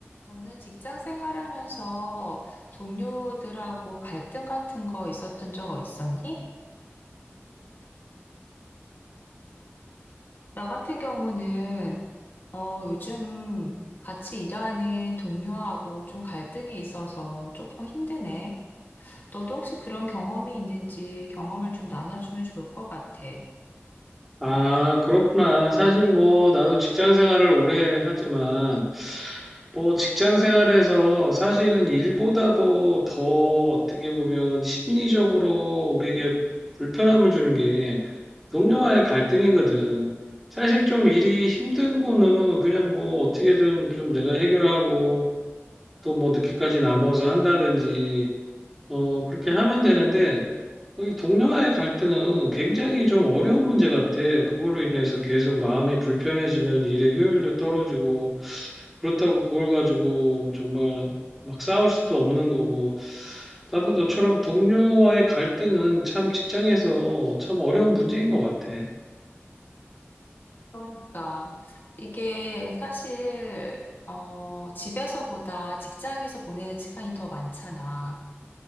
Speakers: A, on the left; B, in the centre.
A: 저는 직장 생활하면서 동료들하고 갈등 같은 거 있었던 적 있었니? 나 같은 경우는 어, 요즘 같이 일하는 동료하고 좀 갈등이 있어서 조금 힘드네. 너도 혹시 그런 경험이 있는지 경험을 좀 나눠주면 좋을 것 같아.
B: 아, 그렇구나. 사실 뭐, 나도 직장 생활을 오래 하지만, 뭐, 직장 생활에서 사실은 일보다도 더 어떻게 보면 심리적으로 우리에게 불편함을 주는 게 동료와의 갈등이거든. 사실 좀 일이 힘든 거는 그냥 뭐, 어떻게든 좀 내가 해결하고, 또 뭐, 늦게까지 남아서 한다든지, 어, 그렇게 하면 되는데, 어, 이 동료와의 갈등은 굉장히 좀 어려운 문제 같아. 그걸로 인해서 계속 마음이 불편해지면 일의 효율도 떨어지고, 그렇다고 그걸 가지고 정말 막 싸울 수도 없는 거고, 나도 너처럼 동료와의 갈등은 참 직장에서 참 어려운 문제인 것 같아.
A: 그러니까 이게 사실 어, 집에서보다 직장에서 보내는 시간이 더 많잖아.